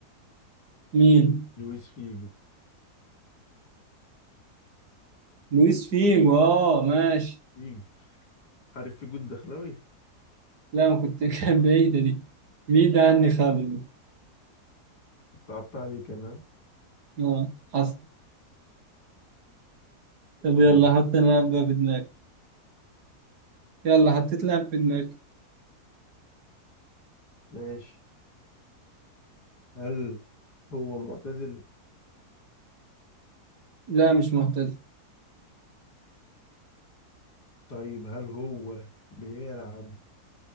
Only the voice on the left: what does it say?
لويس فيجو
فيجو عارف فيجو الدخلاوي
صعبت عليك انا
يا
ماشي هل هو معتزل؟
طيب هل هو بيلعب